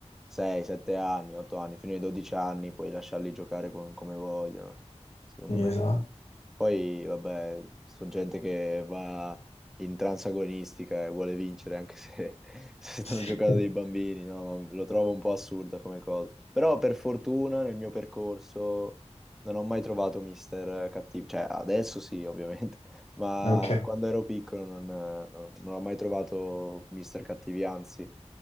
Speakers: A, in the centre; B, on the left.
A: 6, 7 anni, 8 anni, fino ai 12 anni puoi lasciarli giocare con- come vogliono, secondo
B: Sì,
A: me.
B: Esatto.
A: Poi, vabbè, sono gente che va in transagonistica e vuole vincere, anche se, <laughs> se stanno
B: <laughs>
A: giocando dei bambini, no? Lo trovo un po' assurda come cosa. Però, per fortuna, nel mio percorso non ho mai trovato mister cattivo. Cioè, adesso sì, ovviamente, <laughs> ma
B: Ok.
A: quando ero piccolo non, non- non ho mai trovato mister cattivi, anzi,